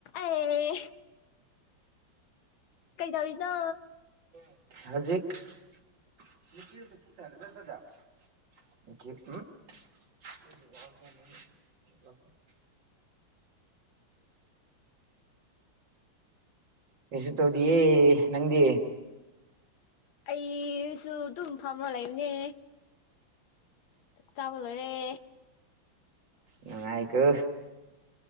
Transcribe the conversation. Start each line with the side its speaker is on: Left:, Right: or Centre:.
Left: ꯑꯦ ꯀꯩꯗꯧꯔꯤꯅꯣ
Right: ꯍꯧꯖꯤꯛ ꯎ <unintelligible> ꯑꯣ ꯀꯩꯁꯨ ꯇꯧꯗꯦ ꯅꯪꯗꯤ
Left: ꯑꯩꯁꯨ ꯑꯗꯨꯝ ꯐꯝꯅ ꯂꯩꯕꯅꯦ ꯆꯥꯛ ꯆꯥꯕ ꯂꯣꯏꯔꯦ
Right: ꯅꯨꯡꯉꯥꯏꯀꯣ